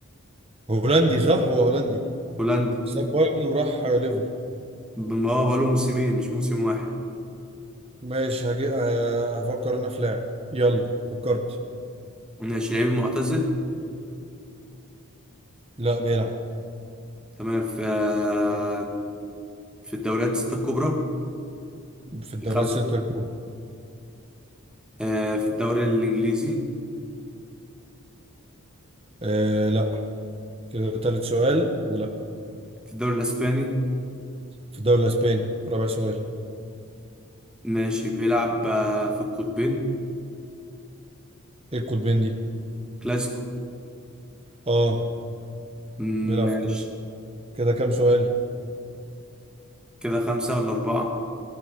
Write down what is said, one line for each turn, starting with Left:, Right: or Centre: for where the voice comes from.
Right: هولندي صح هو هولندي
Centre: هولندي
Right: ساب بايرن وراح ليفر
Centre: بم- اه بقاله موسمين مش موسم واحد
Right: ماشي هجي... ه- هفكر انا في لاعب يلا فكرت
Centre: ماشي لعيب معتزل
Right: لا بيلعب
Centre: تمام في آه، في الدوريات الستة الكبرى
Right: في الدوري
Centre: الخمسة
Right: الستة الكبرى
Centre: آه، في الدوري الإنجليزي
Right: آه لا كده تالت سؤال ولا
Centre: في الدوري الأسباني
Right: في الدوري الاسباني رابع سؤال
Centre: ماشي بيلعب آه، في القطبين
Right: ايه القطبين دي
Centre: كلاسيكو
Right: اه
Centre: مم،
Right: بيلعب
Centre: ماشي
Right: في الكلاسيكو كده كام سؤال
Centre: كده خمسة ولا أربعة